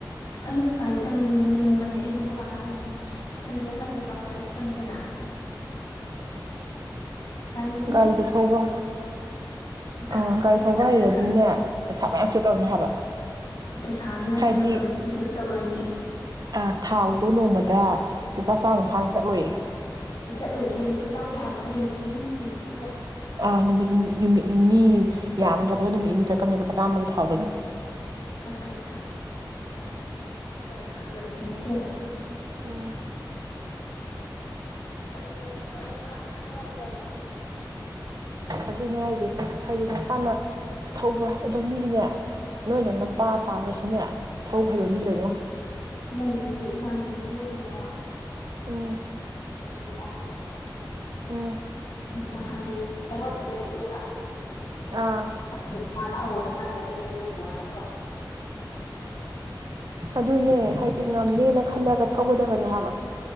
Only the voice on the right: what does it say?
ꯒꯥꯔꯤꯗꯣ ꯊꯧꯕ
ꯑ
ꯒꯥꯔꯤ
ꯊꯧꯕ
ꯍꯩꯔꯗꯤꯅꯦ
ꯄꯩꯁꯥ ꯃꯌꯥꯝꯁꯨ ꯇꯧꯅꯤ ꯍꯥꯏꯕ
ꯍꯥꯏꯗꯤ
ꯑ ꯊꯥꯎꯗꯣ ꯅꯣꯡꯃꯗ ꯂꯨꯄꯥ ꯆꯥꯝꯃ ꯐꯥꯅ ꯆꯠꯂꯣꯏꯦ
ꯑꯥ ꯅꯨꯃꯤꯠ ꯅꯨꯃꯤꯠ ꯅꯤꯅꯤ ꯌꯥꯝꯗ꯭ꯔꯕꯗ ꯅꯨꯃꯤꯠ ꯅꯤꯅꯤ ꯆꯠꯀꯅꯤ ꯂꯨꯄꯥ ꯆꯥꯝꯃꯒꯤ ꯊꯥꯎꯗꯨꯅꯦ
ꯎꯝ
ꯑꯗꯨꯅꯦ ꯍꯥꯏꯁꯦꯁ ꯍꯥꯏꯗꯤ ꯅꯁꯥꯅ ꯊꯧꯕ ꯑꯗꯣ ꯃꯤꯗꯤꯅꯦ ꯅꯣꯏꯗꯅꯄꯥꯥ ꯇꯥꯔꯁꯨꯅꯦ ꯊꯧ ꯐꯩꯕ ꯃꯤ ꯂꯩꯉꯣ
ꯎꯝ
ꯎꯝ
ꯑꯥ
ꯑꯗꯨꯅꯦ ꯍꯥꯏꯗꯤ ꯉꯝꯅꯦꯅ ꯈꯜꯂꯒ ꯊꯧꯒꯗꯕꯅꯦ ꯍꯥꯏꯕ